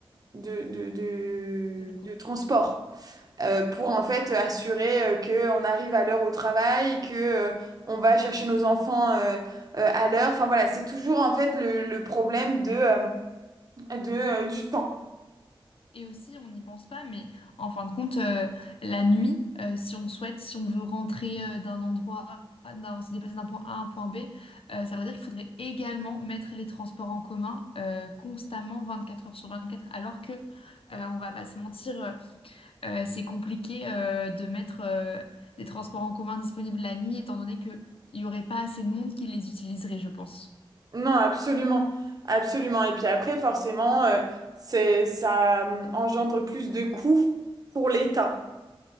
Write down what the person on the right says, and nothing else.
de, de, de
de transport euh,
pour en fait assurer euh, que on arrive à l'heure au travail, que euh, on va chercher nos enfants euh, euh, à l'heure. Enfin voilà, c'est toujours en fait le, le problème de, euh, de, euh, du temps.
Non, absolument, absolument. Et puis après, forcément, euh, c'est, ça euh, engendre plus de coûts pour l'État.